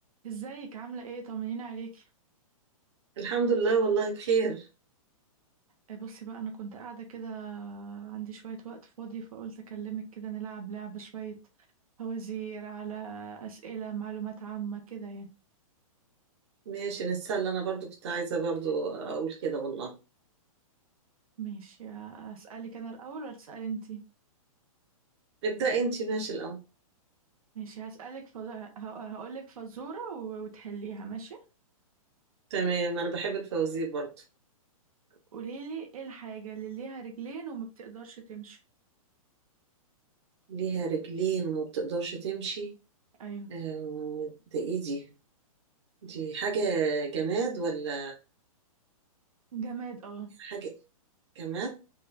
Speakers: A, on the right; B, on the right.
A: ازيك عاملة ايه طمنيني عليكي
B: الحمد لله والله بخير
A: إيه بصي بقى انا كنت قاعدة كده عندي شوية وقت فاضي فقلت اكلمك كده نلعب لعبة شوية فوازير على اسئلة معلومات عامة كده يعني
B: ماشي نتسلى انا برضو كنت عايزة برضو اقول كده والله
A: ماشي اسألك انا الاول ولا تسألي انتي
B: ابدأ انتي ماشي الاول
A: ماشي هسألك فز... ه- هقولك فزورة و- وتحليها ماشي
B: تمام انا بحب الفوازير برضو
A: قوليلي ايه الحاجة اللي ليها رجلين وما بتقدرش تمشي
B: ليها رجلين وما بتقدرش تمشي
A: ايوه
B: آه ده ايه دي دي حاجة جماد ولا
A: جماد اه
B: حاجة جماد